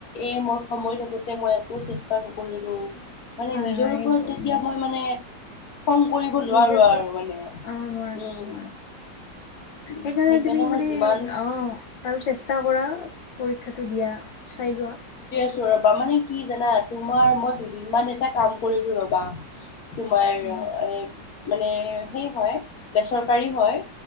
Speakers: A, on the left; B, on the left.
A: এম সময় থাকোতে মই আকৌ চেষ্টা টা নকৰিলো
B: উম
A: মানে
B: হয়
A: নিজৰ
B: হয়
A: ওপৰত
B: সেইটো
A: যেতিয়া
B: উম
A: মই মানে খং কৰিব নোৱাৰো
B: নিজে ওপৰত
A: আৰু মানে
B: অ নোৱাৰা
A: উম
B: নোৱাৰা
A: উম
B: সেইকাৰণে তুমি মানে
A: মই যিমান
B: অ আৰু চেষ্টা কৰা। পৰীক্ষাটো দিয়া চাই লোৱা।
A: যোৱাবাৰ মানে কি জানা? তোমাৰ, মই দুদিন মান এটা কাম কৰিলো ৰ'বা। তোমাৰ
B: উম
A: অ এ মানে সেই হ'য়, বেচৰকাৰী হ'য়।